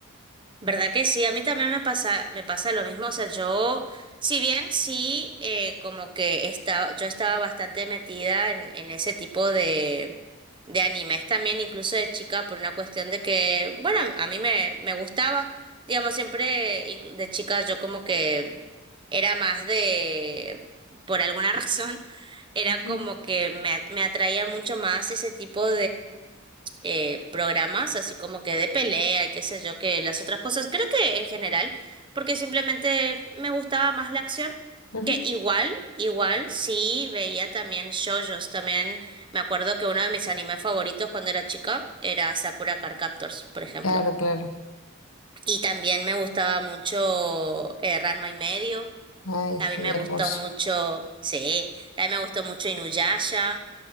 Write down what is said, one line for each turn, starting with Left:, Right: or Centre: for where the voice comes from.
Right: ¿Verdad que sí? A mí también me pasa, me pasa lo mismo. O sea, yo, si bien sí, eh, como que estaba, yo estaba bastante metida en, en ese tipo de, de animes también, incluso de chica, por una cuestión de que, bueno, a mí me, me gustaba, digamos, siempre inclu- de chica yo como que era más de, por alguna <laughs> razón, era
Left: Ujú,
Right: como que me, a- me atraían mucho más ese tipo eh, programas, así como que de pelea y qué sé yo, que las otras cosas. Creo que en general, porque simplemente me gustaba más la acción,
Left: ujú.
Right: que igual, igual sí veía también shoujos. También me acuerdo que uno de mis animes favoritos cuando era chica era Sakura Card Captors, por ejemplo.
Left: Claro, claro.
Right: Y también me gustaba mucho eh, Ranma y medio.
Left: Ay,
Right: También
Left: sí,
Right: me gustó
Left: hermoso.
Right: mucho, sí, también me gustó mucho Inuyasha.